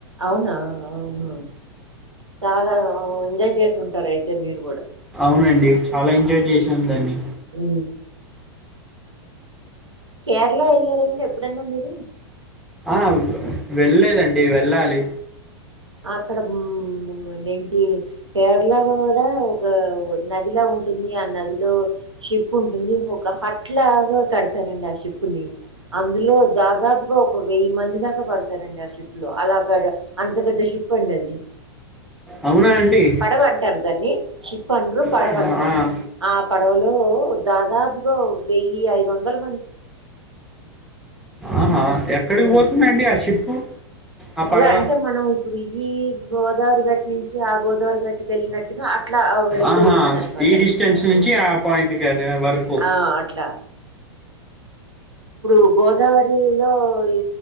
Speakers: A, on the right; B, in the centre.
A: అవునా ఆ ఆ చాలా ఎంజాయ్ చేసింటారు అయితే మీరు కూడా
B: అవునండి చాలా ఎంజాయ్ చేసాం దాన్ని
A: ఉ కేరళ వెళ్లార అండి ఎప్పుడన్నా మీరు
B: ఆ వెళ్ళలేదండి వెళ్ళాలి
A: అక్కడ ఆదేంటి కేరళ కూడా ఒక నదిలా ఉంటుంది ఆ నదిలో షిప్ ఉంటుంది ఒక హట్ లాగా కడతారండి ఆ షిప్ ని అందులో దాదాపుగా ఒక వెయ్యి మంది దాకా పడతారండి ఆ ష్రిప్ లో అలా కడ అంత పెద్ద షిప్ అండి అది
B: అవునా అండి
A: ప్ అంటారు దాన్ని షిప్ అనరు పడవ
B: ఆ,
A: అంటారు
B: ఆ.
A: ఆ పడవలో దాదాపుగా వెయ్యి ఐదు వందలు
B: ఆహా ఎక్కడికి
A: హ్మ్.
B: పోతుంది అండి ఆ షిప్ ఆ పడవ
A: అలా అంటే మనం ఇప్పుడు ఈ గోదావరి గట్టి నుంచి ఆ గోదావరి గట్టికి వెళ్ళినట్టుగా అట్లా వెళ్తూ
B: ఆహా
A: ఉంటుంది ఆనమాట
B: ఈ డిస్టెన్స్ నుంచి ఆ పాయింట్ కద వరకు
A: ఆ అట్లా ఇప్పుడు గోదావరిలో ఈ